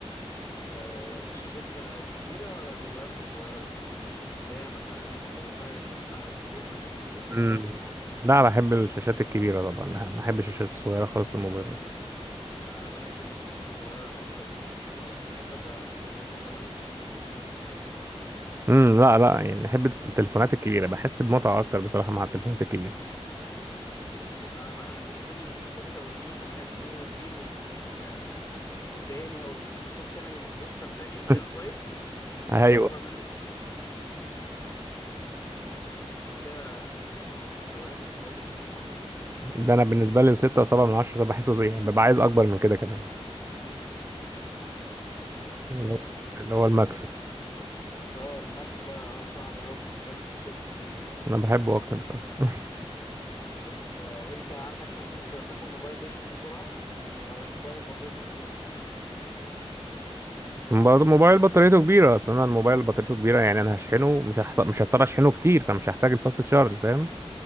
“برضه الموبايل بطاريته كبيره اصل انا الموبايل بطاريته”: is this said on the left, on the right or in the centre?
Right